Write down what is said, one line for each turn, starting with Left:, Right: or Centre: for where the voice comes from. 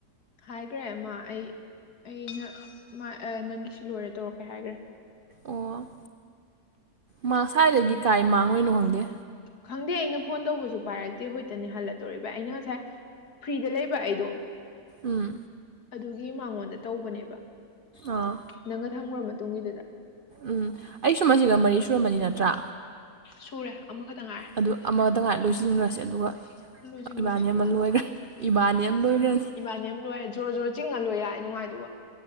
Left: ꯍꯥꯏꯈ꯭ꯔꯦ ꯑꯃ ꯑꯩ ꯑꯩꯅ ꯅꯪꯒꯤꯁꯨ ꯂꯣꯏꯔ ꯇꯧꯔꯛꯀꯦ ꯍꯥꯏꯈ꯭ꯔꯦ
Right: ꯑꯣ ꯃꯥ ꯁ꯭ꯋꯥꯏꯗꯒꯤ ꯀꯥꯏ ꯃꯥꯡꯉꯨꯏꯅꯣ ꯈꯪꯗꯦ꯫
Left: ꯈꯪꯗꯦ ꯑꯩꯅ ꯐꯣꯟ ꯇꯧꯕꯁꯨ ꯄꯥꯏꯔꯛꯇꯦ ꯍꯣꯏꯇꯅꯤ ꯍꯜꯂꯛ ꯇꯧꯔꯤꯕ ꯑꯩꯅ ꯉꯁꯥꯏ ꯐ꯭ꯔꯤꯗ ꯂꯩꯕ ꯑꯩꯗꯣ
Right: ꯎꯝ
Left: ꯑꯗꯨꯒꯤ ꯃꯉꯣꯟꯗ ꯇꯧꯕꯅꯦꯕ
Right: ꯑꯥ
Left: ꯅꯪꯒ ꯊꯝꯉ꯭ꯔ ꯃꯇꯨꯡꯒꯤꯗꯨꯗ
Right: ꯎꯝ ꯑꯩꯁꯨ ꯃꯁꯤꯒ ꯃꯔꯤ ꯁꯨꯔꯝꯕꯅꯤ ꯅꯠꯇ꯭ꯔꯥ
Left: ꯁꯨꯔꯦ ꯑꯃꯈꯛꯇ ꯉꯥꯏꯔꯦ
Right: ꯑꯗꯨ ꯑꯃꯗ ꯉꯥꯏ ꯂꯣꯏꯁꯤꯟꯈ꯭ꯔꯁꯦ ꯑꯗꯨꯒ
Left: ꯂꯨꯖꯤꯡꯒꯁꯦ
Right: ꯏꯕꯥꯅꯤ ꯑꯃ ꯂꯣꯏꯈ꯭ꯔꯦ ꯏꯕꯥꯅꯤ ꯑꯃ ꯂꯣꯏꯈ꯭ꯔꯅꯤ
Left: ꯏꯕꯥꯅꯤ ꯑꯃ ꯂꯣꯏꯔꯦ ꯖꯣꯔ ꯖꯣꯔ ꯆꯤꯡꯉ ꯂꯣꯏ ꯌꯥꯔꯏ ꯅꯨꯡꯉꯥꯏꯗꯨꯕ